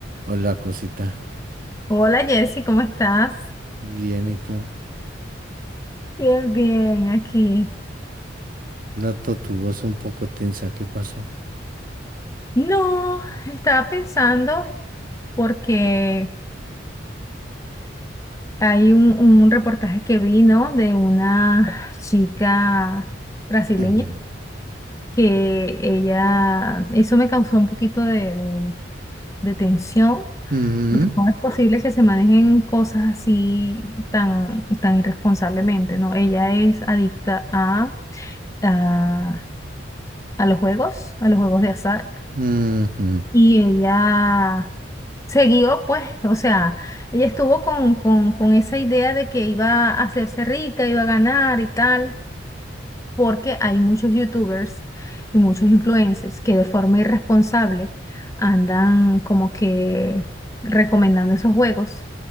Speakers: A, on the right; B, on the left.
A: Hola, cosita.
B: Hola Jersey, ¿cómo estás?
A: Bien, ¿y tú?
B: Bien, bien, aquí.
A: Noto tu voz un poco tensa. ¿Qué pasó?
B: No, estaba pensando porque hay un, un reportaje que vi, ¿no? de una chica brasileña
A: Ujú,
B: que ella, eso me causó un poquito de, de- de tensión,
A: ujú,
B: porque no es posible que se manejen cosas así tan, tan irresponsablemente, ¿no? Ella es adicta a, a, a los juegos, a los juegos de azar.
A: ujú,
B: Y ella siguió, pues, o sea, ella estuvo con, con, con esa idea de que iba a hacerse rica, iba a ganar y tal, porque hay muchos youtubers y muchos influencers que de forma irresponsable andan como que recomendando esos juegos.